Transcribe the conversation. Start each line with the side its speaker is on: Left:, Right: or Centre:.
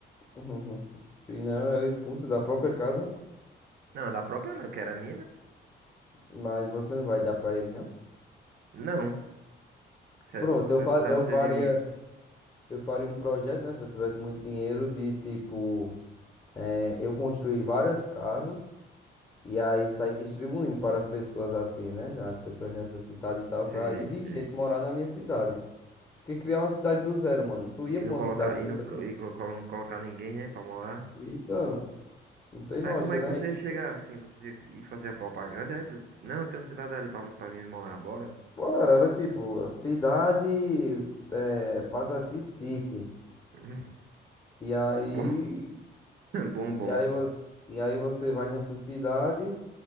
Left: <laughs> Se não, ela é expulsa da própria casa,
Right: Não, da própria não, que era minha, né?
Left: mas você não vai dar pra eles, não?
Right: Não. Se a,
Left: Pronto,
Right: se
Left: eu, fa
Right: a cidade
Left: eu faria,
Right: seria minha.
Left: eu faria um projeto, né? Se eu tivesse muito dinheiro, de tipo, eh, eu construir várias casas e aí sair distribuindo para as pessoas assim, né? As pessoas necessitadas e tal,
Right: Sei,
Left: pra ir vir
Right: sei.
Left: gente morar na minha cidade. Porque criar uma cidade do zero, mano. Tu ia
Right: E
Left: pra
Right: não colocar,
Left: uma cidade
Right: e
Left: do
Right: não,
Left: zero?
Right: co- e colocar não colocar ninguém, né, pra morar.
Left: Então, não tem lógica,
Right: Mas como é
Left: né?
Right: que você
Left: Aí tem
Right: ia chegar
Left: que ter... um-
Right: assim? Você ia ia fazer a propaganda? é, do- Não, tem uma cidade ali pra, pra mim morar, bora?
Left: Pô, era tipo, a cidade, eh, Patati City.
Right: <laughs>
Left: E aí,
Right: Bom, <laughs> bom, bom.
Left: e aí você, e aí você vai nessa cidade.